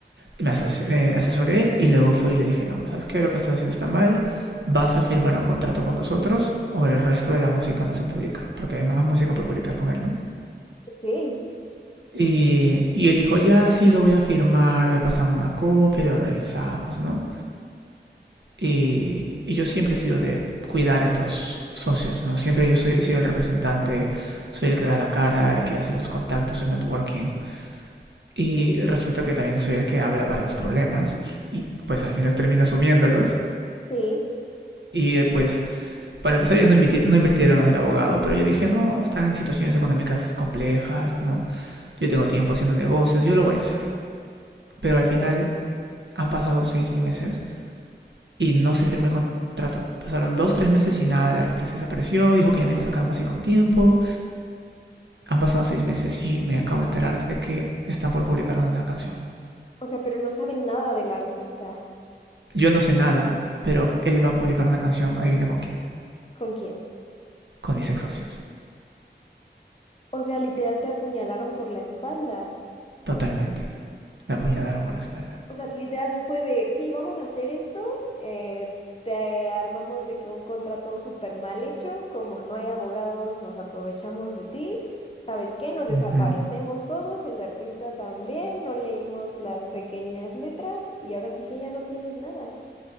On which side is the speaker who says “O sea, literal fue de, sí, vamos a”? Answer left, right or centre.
Left